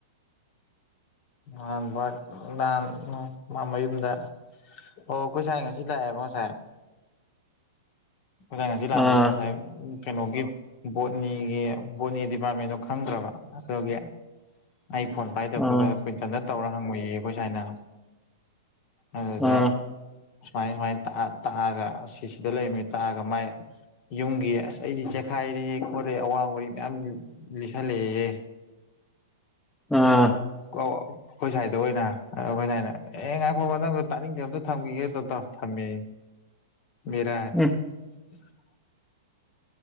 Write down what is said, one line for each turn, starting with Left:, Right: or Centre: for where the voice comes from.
Left: <unintelligible> ꯑꯣ ꯑꯈꯣꯏ ꯁꯥꯏ ꯉꯁꯤ ꯂꯥꯛꯑꯦꯕꯣ ꯉꯁꯥꯏ ꯅꯣꯏꯁꯥꯏ ꯉꯁꯤ ꯂꯛꯄꯗꯨ
Centre: ꯑꯥ
Left: ꯉꯁꯥꯏ ꯀꯩꯅꯣꯒꯤ ꯕꯣꯠꯅꯤꯒꯤ ꯕꯣꯠꯅꯤ ꯗꯤꯄꯥꯔꯠꯃꯦꯟꯗꯣ ꯈꯪꯗ꯭ꯔꯕ ꯑꯗꯨꯒꯤ ꯑꯩ ꯐꯣꯟ ꯄꯥꯏꯗꯕꯗꯨꯗ
Centre: ꯑꯥ
Left: ꯀꯨꯏꯇꯟꯗ ꯇꯧꯔ ꯍꯪꯉꯨꯏꯌꯦ ꯑꯩꯈꯣꯏ ꯁꯥꯏꯅ ꯑꯗꯨꯗ
Centre: ꯑꯥ
Left: ꯁꯨꯃꯥꯏ ꯁꯨꯃꯥꯏꯅ ꯇꯥꯛꯑꯒ ꯁꯤꯁꯤꯗ ꯂꯩꯃꯤ ꯇꯥꯛꯑꯒ ꯃꯥꯏ ꯌꯨꯝꯒꯤ ꯑꯁ ꯑꯩꯗꯤ ꯆꯦꯈꯥꯏꯔꯦ ꯈꯣꯠꯂꯦ ꯑꯋꯥ ꯋꯥꯔꯤ ꯃꯌꯥꯝ ꯂꯤꯁꯜꯂꯦꯌꯦ
Centre: ꯑꯥ
Left: ꯑꯣ ꯑꯩꯈꯣꯏ ꯁꯥꯏꯗ ꯑꯣꯏꯅ ꯑꯩꯈꯣꯏ ꯁꯥꯏꯅ ꯑꯦ ꯉꯥꯏ ꯍꯣ ꯅꯪꯗꯣ ꯇꯥꯅꯤꯡꯗꯦ ꯑꯝꯇ ꯊꯝꯈꯤꯒꯦ ꯇꯗꯣ ꯊꯝꯃꯦ ꯃꯤꯔꯥ <unintelligible>
Centre: ꯎꯝ